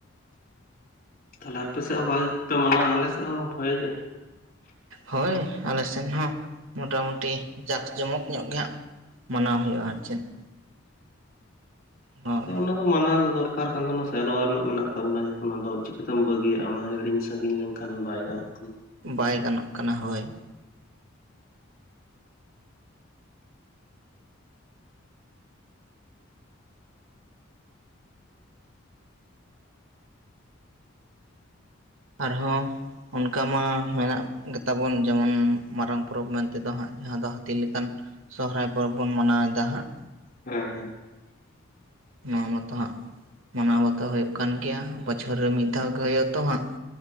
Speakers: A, on the left; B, on the right.
A: ᱛᱷᱟᱞᱮ ᱟᱯᱮ ᱥᱮᱫ ᱦᱚᱸ ᱵᱷᱟᱜᱮ ᱜᱮᱯᱮ ᱢᱟᱱᱟᱣᱟ ᱟᱞᱮ ᱥᱮᱫ ᱦᱚᱸ ᱵᱷᱟᱜᱮ ᱜᱮ ᱾
B: ᱦᱳᱭ ᱟᱞᱮ ᱥᱮᱱ ᱦᱚᱸ ᱢᱚᱴᱟ ᱢᱩᱴᱤ ᱡᱟᱠ ᱡᱚᱢᱚᱠ ᱧᱚᱜ ᱜᱮ ᱦᱟᱸᱜ ᱢᱟᱱᱟᱣ ᱦᱩᱭᱩᱜ-ᱟ ᱟᱨ ᱪᱮᱫ ᱾ ᱦᱳᱭ
A: ᱦᱮᱸ ᱟᱫᱚ ᱚᱱᱟ ᱢᱟᱱᱟᱣ ᱫᱚᱨᱠᱟᱨ ᱠᱟᱱ ᱛᱚ ᱚᱱᱟ ᱥᱮᱨᱣᱟ ᱨᱮᱱᱟᱜ ᱢᱮᱱᱟᱜ ᱛᱟᱵᱚᱱᱟ ᱡᱚᱠᱷᱚᱱ ᱟᱫᱚ ᱪᱤᱠᱟᱹ ᱛᱮᱢ ᱵᱟᱹᱜᱤᱭᱟᱜ-ᱟ ᱚᱱᱟ ᱦᱤᱲᱤᱧ ᱥᱟᱺᱜᱤᱧ ᱞᱮᱱᱠᱷᱟᱱ ᱠᱷᱟᱱ ᱵᱟᱭ ᱜᱟᱱᱚᱜ ᱠᱟᱱᱟ᱾
B: ᱵᱟᱭ ᱜᱟᱱᱚᱜ ᱠᱟᱱᱟ ᱦᱳᱭ ᱾ ᱟᱨ ᱦᱚᱸ ᱚᱱᱠᱟ ᱢᱟ ᱢᱮᱱᱟᱜ ᱜᱮ ᱛᱟᱵᱚᱱ ᱡᱮᱢᱚᱱ ᱢᱟᱨᱟᱝ ᱯᱚᱨᱚᱵᱽ ᱢᱮᱱ ᱛᱮᱫᱚ ᱦᱟᱸᱜ ᱡᱟᱦᱟᱸ ᱫᱚ ᱦᱟᱹᱛᱤ ᱞᱮᱠᱟᱱ ᱥᱚᱦᱚᱨᱟᱭ ᱯᱚᱨᱚᱵᱽ ᱵᱚᱱ ᱢᱟᱱᱟᱣᱮᱫᱟ ᱦᱟᱸᱜ
A: ᱦᱮᱸ ᱦᱮᱸ ᱾
B: ᱱᱚᱣᱟ ᱵᱟᱚᱛᱚ ᱦᱟᱸᱜ ᱢᱟᱱᱟᱣ ᱵᱟᱛᱟᱣ ᱦᱩᱭᱩᱜ-ᱟ ᱠᱟᱱ ᱜᱮᱭᱟ ᱵᱚᱪᱷᱚᱨ ᱨᱮ ᱢᱤᱫ ᱫᱷᱟᱣ ᱜᱮ ᱦᱩᱭᱩᱜ ᱛᱚ ᱦᱟᱸᱜ ᱾